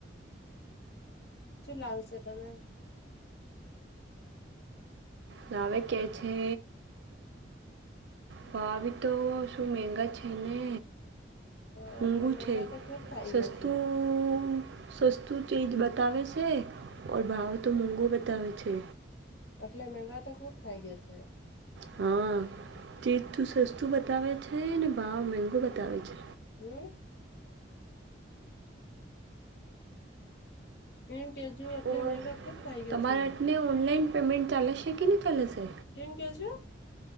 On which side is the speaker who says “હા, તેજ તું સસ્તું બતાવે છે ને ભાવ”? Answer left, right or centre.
Right